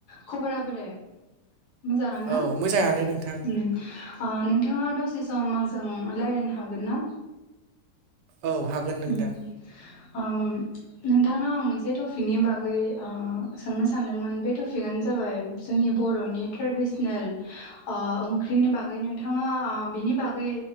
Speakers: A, on the left; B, on the right.
A: खबरा बोरै मोजांआनो ना
B: औ
A: ओम?
B: मोजाङानो नोंथां
A: ओ नोंथाङा दसे सम आंजों रायज्लायनो हागोन ना?
B: औ हागोन नोंथां।
A: उम ओम नोंथांनाव आं मोनसे टपिकनि बागै ओ सोंनो सानदोंमोन बे टपिकआनो जाबाय जोंनि बर'नि ट्रेडिसनेल ओ ओंख्रिनि बागै नोंथाङा ओ बिनि बागै